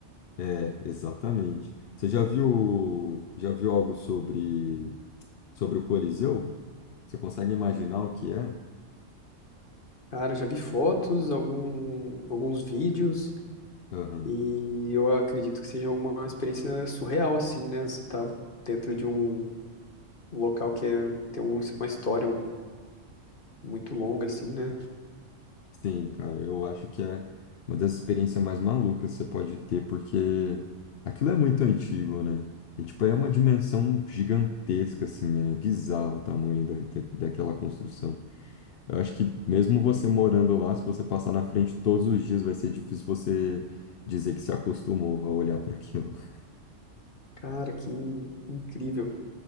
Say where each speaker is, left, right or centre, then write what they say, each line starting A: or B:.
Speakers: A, on the left; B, on the left.
A: É, exatamente. Você já viu, já viu algo sobre, sobre o Coliseu? Você consegue imaginar o que é?
B: Cara, já vi fotos, algum, alguns vídeos.
A: Aham.
B: E eu acredito que seja uma experiência surreal, assim, né? Você tá dentro de um um local que é- tem um- uma história um- muito longa, assim, né?
A: Sim, cara, eu acho que é uma das experiências mais malucas que você pode ter, porque aquilo é muito antigo, né? E, tipo, é uma dimensão gigantesca, assim, é bizarro o tamanho da, da- daquela construção. Eu acho que mesmo você morando lá, se você passar na frente todos os dias, vai ser difícil você dizer que se acostumou a olhar para aquilo. <laughs>
B: Cara, que in- incrível.